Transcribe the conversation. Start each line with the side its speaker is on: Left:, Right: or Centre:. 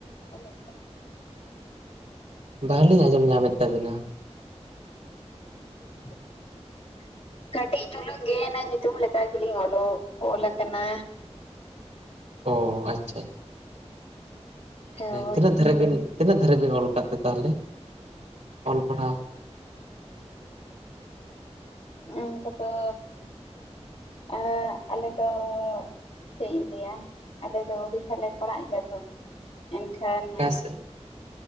Left: ᱚᱞᱚᱜ ᱯᱟᱲᱦᱟᱜ
Right: ᱵᱟᱞᱤᱧ ᱟᱸᱡᱚᱢ ᱧᱟᱢᱮᱫ ᱛᱟᱵᱤᱱᱟ
Left: <unintelligible> ᱠᱟᱹᱴᱤᱡ ᱪᱩᱞᱩᱝ ᱜᱮ ᱧᱩᱛᱩᱢ ᱞᱮᱠᱟ ᱜᱮ ᱞᱤᱧ ᱚᱞᱚᱜ ᱚᱞ ᱟᱠᱟᱱᱟ
Right: ᱚ ᱟᱪᱪᱷᱟ ᱟᱪᱪᱷᱟ
Left: ᱦᱳᱭ
Right: ᱛᱤᱱᱟᱹᱜ ᱫᱷᱟᱨᱮ ᱵᱤᱱ ᱛᱤᱱᱟᱹᱜ ᱫᱷᱟᱨᱮ ᱵᱤᱱ ᱚᱞ ᱟᱠᱟᱫ ᱛᱮ ᱛᱟᱦᱚᱞᱮ ᱚᱞ ᱯᱟᱲᱦᱟᱣ
Left: ᱚᱱᱠᱟ ᱫᱚ ᱟ ᱟᱞᱮ ᱫᱚ ᱪᱮᱫ ᱤᱧ ᱞᱟᱹᱭᱟ ᱟᱞᱮ ᱩᱲᱤᱥᱥᱟ ᱞᱮ ᱯᱟᱲᱟᱜ ᱜᱮᱭᱟ ᱛᱚ ᱮᱱᱠᱷᱟᱱ
Right: ᱚᱠᱟ ᱥᱮᱫ?